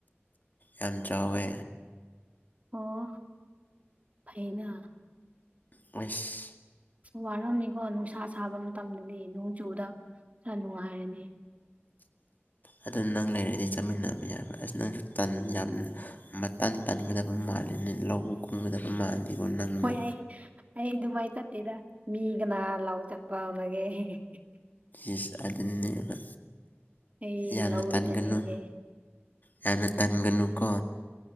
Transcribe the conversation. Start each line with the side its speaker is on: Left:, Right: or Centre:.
Left: ꯌꯥꯝ ꯆꯥꯎꯋꯦ
Right: ꯑꯣ ꯐꯩꯅ
Left: ꯎꯏꯁ
Right: ꯋꯥꯔꯝꯃꯤꯀꯣ ꯅꯨꯡꯁꯥ ꯁꯥꯕ ꯃꯇꯝꯗꯗꯤ ꯅꯣꯡꯖꯨꯗ ꯈꯔ ꯅꯨꯡꯉꯥꯏꯔꯅꯤ
Left: ꯑꯗꯨ ꯅꯪ ꯂꯩꯔꯗꯤ ꯆꯠꯃꯤꯟꯅꯕ ꯌꯥꯏꯕ ꯑꯁ ꯅꯪꯁꯨ ꯇꯟ ꯌꯥꯝꯅ ꯃꯇꯟ ꯇꯟꯒꯗꯕ ꯃꯥꯜꯂꯤꯅꯦ ꯂꯧꯕꯨꯛ ꯀꯨꯝꯒꯗꯕ ꯃꯥꯟꯗꯦꯀꫭ ꯅꯪꯗꯣ
Right: ꯍꯣꯏ ꯑꯩ ꯑꯩ ꯑꯗꯨꯝꯃꯥꯏ ꯆꯠꯇꯦꯗ ꯃꯤ ꯒꯅꯥ ꯂꯧ ꯆꯠꯄ ꯍꯧꯅꯒꯦ <unintelligible>
Left: ꯏꯁ ꯑꯗꯨꯅꯦꯕ
Right: ꯑꯩ
Left: ꯌꯥꯝꯅ
Right: ꯂꯧ
Left: ꯇꯟꯒꯅꯨ
Right: ꯆꯠꯅꯤꯡꯗꯦ
Left: ꯌꯥꯝꯅ ꯇꯟꯒꯅꯨꯀꯣ